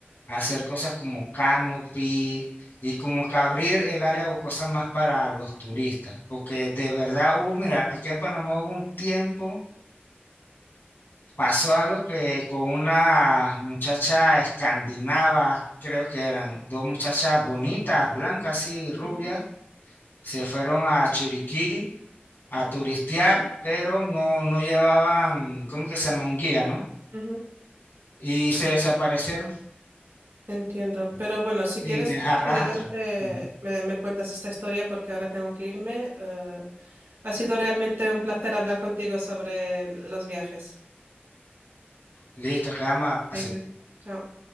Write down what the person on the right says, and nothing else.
ujú,
ujú.
Entiendo, pero bueno, si
quieres
más adelante
me, me cuentas esta historia porque ahora tengo que irme. Eh, ha sido realmente un placer hablar contigo sobre los viajes.
Venga, chao.